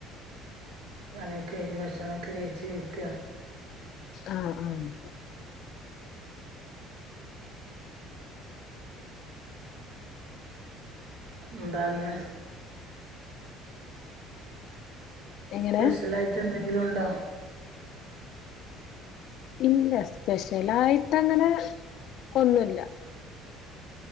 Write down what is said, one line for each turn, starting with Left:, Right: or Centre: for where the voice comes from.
Right: പണിയൊക്കെ കഴിഞ്ഞ് ഭക്ഷണമൊക്കെ കഴിച്ച് ഇരിക്കുക
Left: ആഹ് ആഹ്
Right: എന്താ ഇന്ന്
Left: എങ്ങനെ
Right: സ്പെഷ്യലായിട്ട് എന്തെങ്കിലും ഉണ്ടോ
Left: ഇല്ല സ്പെഷ്യലായിട്ട് അങ്ങനെ ഒന്നുമില്ല